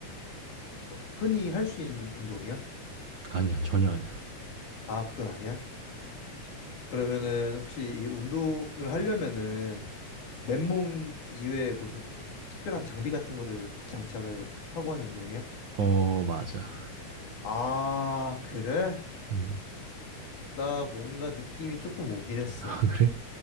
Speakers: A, on the left; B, on the right.
A: 흔히 할 수 있는 운동이야?
B: 아니야 전혀 아니야.
A: 아, 그건 아니야? 그러면은 혹시 이 운동을 하려면은 맨몸 이외에 무슨 특별한 장비 같은 거를 장착을 하고 하는 운동이야?
B: 어어어 맞아.
A: 아, 그래?
B: 음,
A: 나 뭔가 느낌이 조금 오긴 했어.
B: 아 그래?